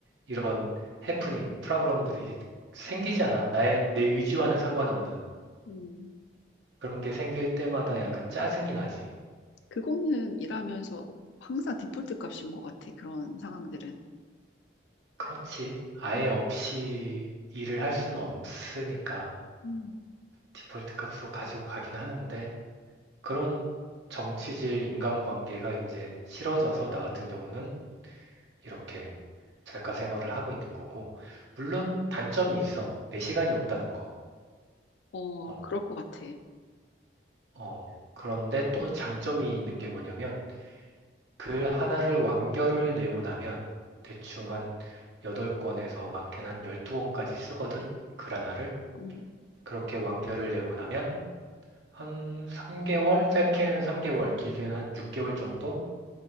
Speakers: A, on the right; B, on the left.
A: 이런 해프닝, 프로블럼들이 생기잖아. 나의 내 의지와는 상관없는
B: 음,
A: 그런 게 생길 때마다 약간 짜증이 나지.
B: 그거는 일하면서 항상 디폴트 값인 것 같아. 그런 상황들은.
A: 그렇지. 아예
B: 음,
A: 없이 일을 할 수는 없으니까
B: 음.
A: 디폴트 값으로 가지고 가긴 하는데 그런 정치질 인간관계가 이제 싫어져서 나 같은 경우는 이렇게 작가 생활을 하고 있는 거고, 물론 단점이 있어. 내 시간이 없다는 거.
B: 어,
A: 어,
B: 그럴 것 같아.
A: 어. 그런데 또 장점이 있는 게 뭐냐면, 글 하나를 완결을 내고 나면 대충 한 8권에서 많게는 한 12권까지 쓰거든. 글 하나를.
B: 음,
A: 그렇게 완결을 내고 나면 한 3개월, 짧게는 3개월, 길게는 한 6개월 정도?